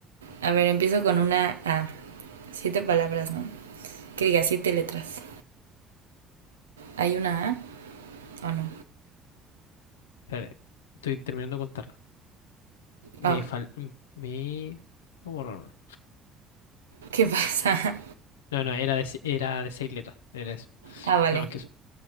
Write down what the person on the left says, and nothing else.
Espérate, estoy terminando de contarlo. Me
fal... Me... Vamos a borrarlo.
No, no, era de, era de seis letras. Era eso.
Nada más que eso.